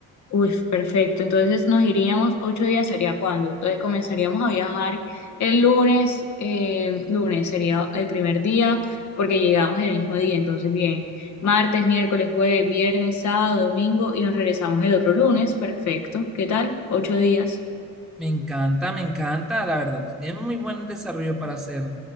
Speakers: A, on the left; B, in the centre.
A: Uy, perfecto. Entonces nos iríamos ocho días sería cuándo. Entonces comenzaríamos a viajar el lunes. eh, lunes sería el primer día porque llegamos el mismo día. Entonces bien, martes, miércoles, jueves, viernes, sábado, domingo y nos regresamos el otro lunes. Perfecto. ¿Qué tal? Ocho días.
B: Me encanta, me encanta, la verdad. Tiene muy buen desarrollo para hacer,